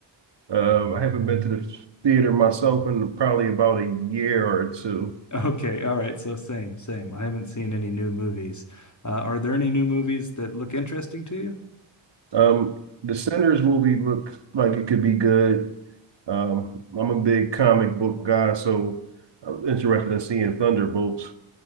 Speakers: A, on the right (about 65°); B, on the left (about 40°).
A: Um, I haven't been to the theater myself in probably about a year or two.
B: Okay, all right, so same, same. I haven't seen any new movies. Uh, are there any new movies that look interesting to you?
A: Um, the Sinners movie looked like it could be good. Um, I'm a big comic book guy, so I'm interested in seeing Thunderbolts.